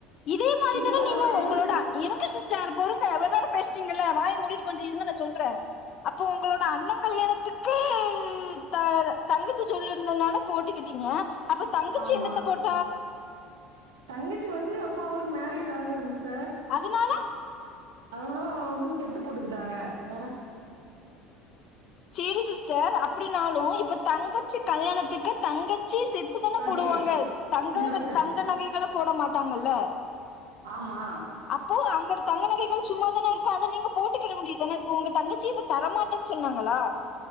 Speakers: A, on the left; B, on the right.
A: இதே மாதிரி
B: இல்ல
A: தானே
B: அது
A: நீங்க உங்களோட
B: இல்ல
A: அ இருங்க சிஸ்டர் பொறுங்க இவ்ளோ நேரம் பேசிட்டீங்கல்ல வாய மூடிட்டு கொஞ்சம் இருங்க நான் சொல்றேன் அப்போ ஒங்களோட அண்ணன் கல்யாணத்துக்கு த தங்கிச்சி சொல்லிருந்ததுனால போட்டி கிட்டீங்க அப்ப தங்கச்சி
B: ஆமா
A: எண்ணத்த போட்
B: தங்கச்சி வந்து அப்போ அவளுக்கு மேரேஜ் ஆகல சிஸ்டர்
A: அதுனால
B: அதனால அவ வந்து செட்டு போட்டுக்கிட்டாக வேற
A: சேரி சிஸ்டர் அப்டினாலு இப்ப தங்கச்சி கல்யாணத்துக்கு தங்கச்சி செட் தான
B: டுவெண்ட்டி
A: போடுவாங்க
B: எயிட்
A: தங்கங்க
B: இருவத்தெட்டு
A: தங்க நகைகளை போட மாட்டாங்கல்ல
B: ஆமா
A: அப்போ அவங்களோட தங்க நகைகள் சும்மாதான இருக்கும் அத நீங்க போட்டுக்கிட வேண்டியது தான இப்ப உங்க தங்கச்சி தரமாட் டேனு சொன்னாங்களா